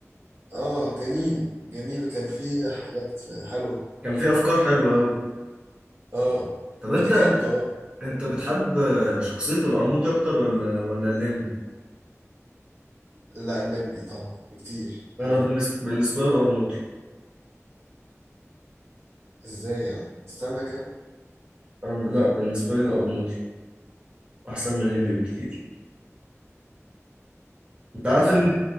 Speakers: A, on the right; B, on the right.
A: اه جميل جميل كان فيه حاجات حلوه
B: كان فيه افكار حلوه قوي
A: اه
B: طب انت
A: افتكرته اه
B: انت بتحب شخصيه القرموطي اكتر ولا ولا الليمبي
A: لا الليمبي طبعا بكتير
B: انا
A: أوي
B: بالنسبه بالنسبه لي القرموطي
A: ازاي يعني استنى كده
B: انا لا بالنسبه لي القرموطي احسن من الليمبي بكتير انت عارف
A: لا
B: ان